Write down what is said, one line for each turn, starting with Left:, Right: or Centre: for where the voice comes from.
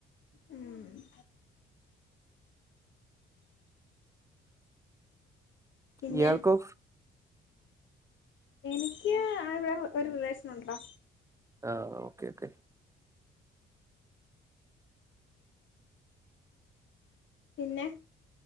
Left: ഉം പിന്നെ
Right: ഇയാൾക്കോ
Left: എനിക്ക് ആ ഇവടെ ഒരു റിലേഷൻ ഉണ്ടടാ.
Right: ആഹ ഓക്കെ ഓക്കെ
Left: പിന്നെ